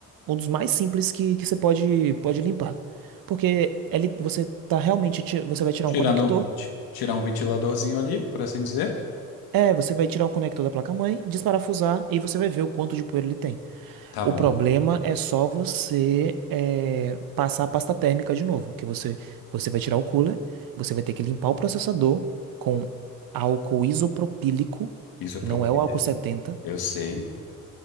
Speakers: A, on the right; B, on the left.
A: um dos mais simples que, que você pode, pode limpar. Porque ele, você tá realmente, ti- você vai tirar
B: Tirando,
A: um conector,
B: ti- tirar um ventiladorzinho ali, por assim dizer.
A: é, você vai tirar um conector da placa-mãe, desparafusar e você vai ver o quanto de poeira ele tem.
B: Tá
A: O
B: bom.
A: problema é só você é, passar a pasta térmica de novo, que você, você vai tirar o cooler, você vai ter que limpar o processador com álcool isopropílico,
B: Isso é
A: e
B: propíleo.
A: não é o álcool 70.
B: Eu sei.